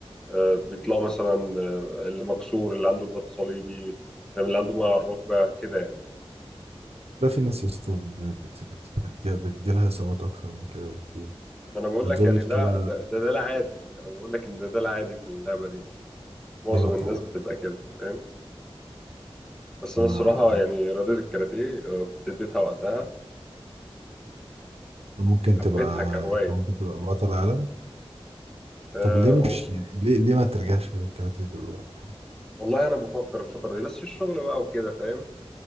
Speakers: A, in the centre; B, on the right.
A: آه، بيطلعوا مثلا آه، اللي مكسور اللي عنده رباط صليبي فاهم اللي عنده مويه على الركبه كده يعني
B: لا في ناس يا اسطى بت- بت- بت- بتجي- بتجيلها إصابات أكتر من كده بكتير
A: ما انا بقول
B: ده
A: لك
B: دول
A: يعني ده
B: كده
A: ده ده, ده العادي انا بقول لك ان ده ده العادي في اللعبه دي معظم
B: أيوه طبعا
A: الناس بتبقى كده فاهم بس انا
B: أنا
A: الصراحه يعني رياضه الكاراتيه آه، كنت اديتها وقتها
B: ممكن
A: وحبيتها
B: تبقى
A: كهوايه
B: ممكن تبقى بطل عالم
A: آه،
B: طب ليه مش يعني ليه ليه ما ترجعش للكاراتيه دلوقتي
A: والله انا بفكر الفتره دي بس في الشغل بقى وكده فاهم